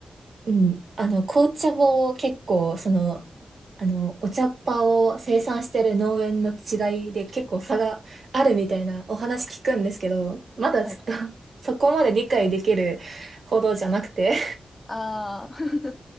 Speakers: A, on the right; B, on the left.
A: うん、あの、紅茶も結構、その、あの、お茶っ葉を生産してる農園の違いで結構差があるみたいなお話聞くんですけど、まだちょっと
B: はい。
A: <laughs> そこまで理解できるほどじゃなくて
B: ああ、<laughs> そ